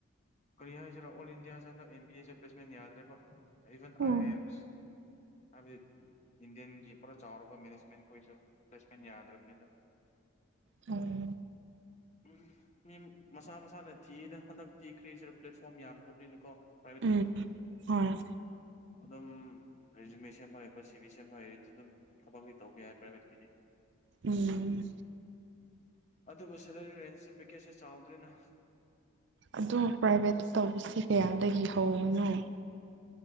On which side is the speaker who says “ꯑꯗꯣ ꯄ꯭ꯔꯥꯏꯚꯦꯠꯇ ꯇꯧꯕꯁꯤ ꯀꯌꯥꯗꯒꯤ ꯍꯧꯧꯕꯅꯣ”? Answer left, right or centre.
Right